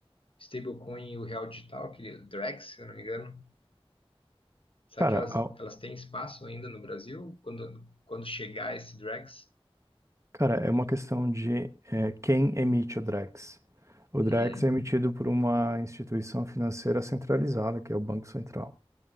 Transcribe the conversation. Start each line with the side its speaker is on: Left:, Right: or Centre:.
Left: stablecoin e o real digital, aquele Drex, se eu não me engano. Será
Right: Cara,
Left: que elas, elas têm espaço ainda no Brasil quando, quando chegar esse Drex?
Right: Cara, é uma questão de eh, quem emite o Drex. O
Left: Uhum,
Right: Drex é emitido por uma instituição financeira centralizada, que é o Banco Central.